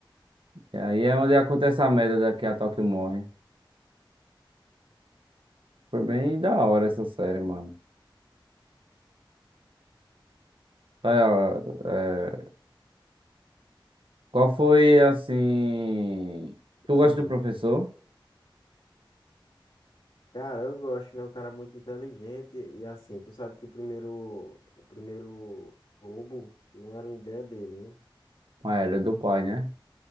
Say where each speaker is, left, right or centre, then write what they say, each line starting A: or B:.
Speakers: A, on the right; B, on the left.
A: E aí é onde acontece a merda da que a Tóquio morre. Foi bem da hora essa série, mano. Olha, é, qual foi assim. Tu
B: Sim.
A: gosta do professor?
B: Cara, eu gosto, né? O cara é muito inteligente e assim, tu sabe que o primeiro, o primeiro roubo não era uma ideia dele, né?
A: Ah, era do pai, né?